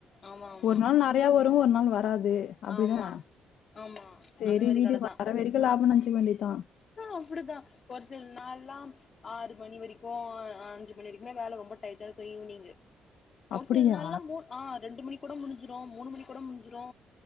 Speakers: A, on the left (about 40°); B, on the left (about 75°).
A: ஆமா ஆமா
B: ஒரு நாள் நெறைய வரு ஒரு நாள் வராது அப்டிதான
A: ஆமா ஆமா
B: சேரி
A: அந்த மாரி
B: வீடு
A: கடதா
B: வர வரைக்கு லாபம்னு நெனச்சுக்க வேண்டியதான்
A: அப்டிதா ஒரு சில நாள்லா ஆறு மணி வரைக்கு அஞ்சு மணி வரைக்குமே வேல ரொம்ப டைட்டா இருக்கு ஈவினிங்கு
B: அப்டியா
A: ஒரு சில நாள்ல மூண் ஆ ரெண்டு மணி கூட முடிஞ்சுரு மூணு மணி கூட முடிஞ்சுரு